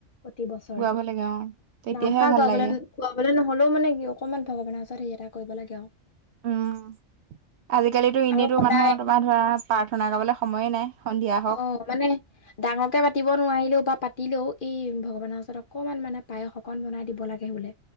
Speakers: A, on the left; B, on the right.
A: প্ৰতি বছৰে
B: গোৱাব লাগে অ, তেতিয়াহে
A: নাম খা
B: ভাল
A: গোৱাবলৈ
B: লাগে
A: গোৱাবলৈ নহ'লেও মানে কি অকমান ভগৱানৰ ও তাৰিছত সেই এটা কৰিব লাগে আৰু
B: উম আজিকালিতো এনেইতো
A: আৰু সদায়
B: মানুহৰ তোমাৰ ধৰা প্ৰাৰ্থনা গাবলৈ সময়ে নাই সন্ধিয়া হওক
A: অ মানে ডাঙৰকে পাতিব নোৱাৰিলেও বাা পাতিলেও এই ভগৱানৰ ওচৰত অকনমান মানে পায় শকন বনাই দিব লাগে বোলে